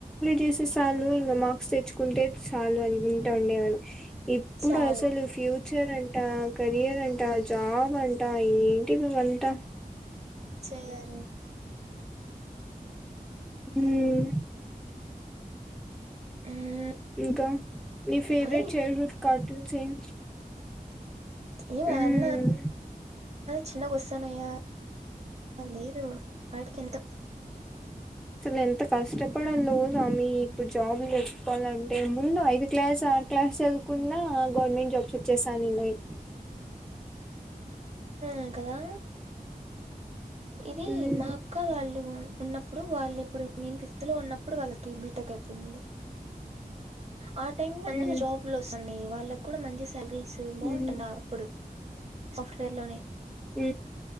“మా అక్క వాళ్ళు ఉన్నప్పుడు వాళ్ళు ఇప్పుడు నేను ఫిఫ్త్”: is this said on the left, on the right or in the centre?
Right